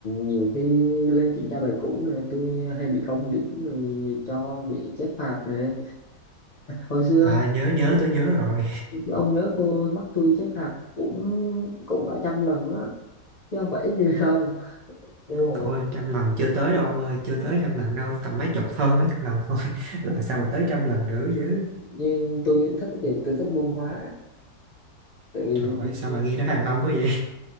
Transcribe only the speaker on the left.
nhiều khi lên kiểm tra bài cũ này tôi hay bị không điểm rồi cho bị chép phạt nè hồi xưa
ông nhớ cô mắc tôi chép phạt cũng cũng cả trăm lần á chứ không phải ít gì đâu đúng rồi
nhưng tôi thích thì tôi thích muôn hóa tại vì